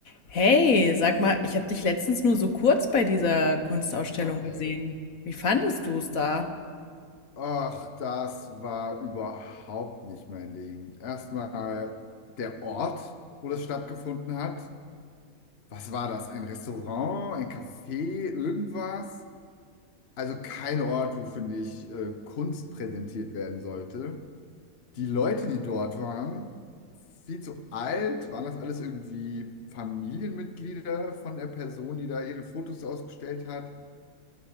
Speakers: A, on the left (about 70°); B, on the left (about 50°).
A: Hey, sag mal, ich habe dich letztens nur so kurz bei dieser Kunstausstellung
B: Ah,
A: gesehen. Wie fandest du es da?
B: Ach, das war überhaupt nicht mein Ding. Erstmal der Ort, wo das stattgefunden hat. Was war das? Ein Restaurant, ein Café, irgendwas? Also kein Ort, wo, finde ich, äh, Kunst präsentiert werden sollte. Die Leute, die dort waren, viel zu alt. Waren das alles irgendwie Familienmitglieder von der Person, die da ihre Fotos ausgestellt hat?